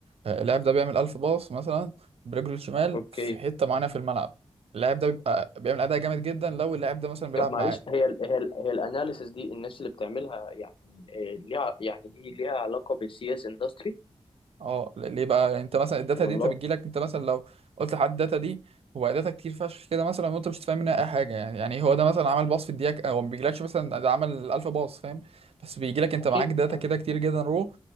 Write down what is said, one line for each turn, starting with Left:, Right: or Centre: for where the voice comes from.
Right: آه، اللاعب ده بيعمل 1000 باص مثلا برجله الشمال
Left: اوكي
Right: في حتة معينة في الملعب اللاعب ده بيبقى بيعمل أداء جامد جدا لو اللاعب ده مثلا بيلعب
Left: طب معلش
Right: معاه
Left: هي ال هي ال هي الاناليسيس دي الناس اللي بتعملها يعني آه، ليها يعني دي ليها علاقة بالسي اس اندستري
Right: اه ل- ليه بقى يعني انت مثلا الداتا
Left: والله
Right: دي انت بتجيلك انت مثلا لو قلت لحد الداتا دي هو داتا كتير فشخ كده مثلا وانت مش فاهم منها اي حاجه يعني يعني هو ده مثلا عمل باص في الدقيقه هو ما بيجيلكش مثلا ده عمل 1000 باص فاهم بس بيجيلك انت
Left: اكيد
Right: معاك داتا
Left: اه
Right: كده كتير جدا رو